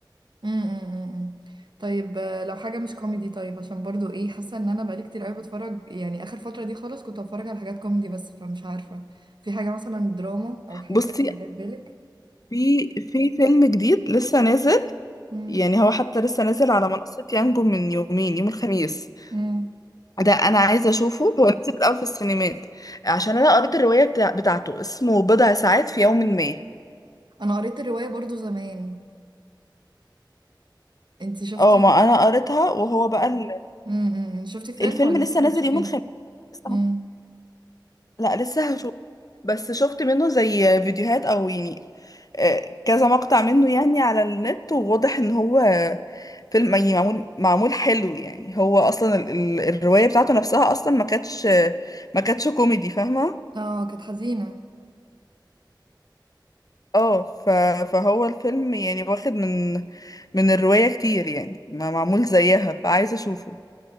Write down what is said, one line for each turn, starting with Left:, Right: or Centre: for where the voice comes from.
Right: م- م- م- م. طيب آه، لو حاجة مش كوميدي طيب عشان برضو ايه حاسة ان انا بقالي كتير قوي بتفرج يعني اخر فترة دي خالص كنت بتفرج على حاجات كوميدي بس فمش عارفة في حاجة مثلا دراما او حاجة
Left: بصي
Right: جاية في بالك
Left: في في فيلم جديد لسه نازل
Right: م-
Left: يعني هو حتى لسه نازل على منصة يانجو من يومين يوم الخميس
Right: م.
Left: ده انا عايزة اشوفه هو نزل الاول في السينمات عشان انا قريت الرواية بتاع بتاعته اسمه بضع ساعات في يوم ما
Right: انا قريت الرواية برضو زمان انتي شفتي
Left: اه ما
Right: ال...
Left: انا قريتها وهو بقى ال-
Right: م- م- م. شفتي فيلم
Left: الفيلم
Right: ولا لسه
Left: لسه نازل
Right: هتشوفيه
Left: يوم الخميس لسه-
Right: م.
Left: لا لسه هشوفه بس شفت منه زي فيديوهات او يعني آه، كذا مقطع منه يعني على النت وواضح ان هو فيلم يعني معمول معمول حلو يعني هو اصلا ال- ال- الرواية بتاعته نفسها اصلا ما كانتش ما كانتش كوميدي فاهمة
Right: اه كانت حزينة
Left: اه ف- فهو الفيلم يعني واخد من من الرواية كتير يعني ما معمول زيها فعايزة اشوفه